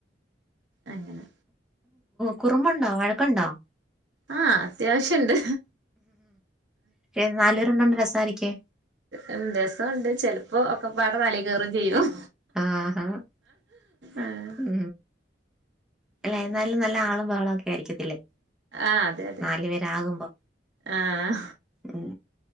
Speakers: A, on the right; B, in the centre.
A: അങ്ങനെ
B: കുറുമ്പുണ്ടോ വഴക്കുണ്ടോ
A: ആഹ് അത്യാവശ്യണ്ട്
B: എന്നാലും രണ്ടണ്ട് രസാരിക്കേ
A: ഉം രസൊണ്ട് ചെലപ്പോ ഒക്കപ്പാടെ തലേ കേറും ചെയ്യും
B: ആഹ് ഹ
A: ആഹ്
B: ഉം അല്ലെ
A: അങ്ങനെ
B: എന്നാലും നല്ല ആളും ബഹളും ഒക്കെ ആയിരിക്കത്തില്ലേ
A: ആഹ് അതെ അതെ
B: നാലു പേരാകുമ്പോ
A: ആഹ്
B: ഉം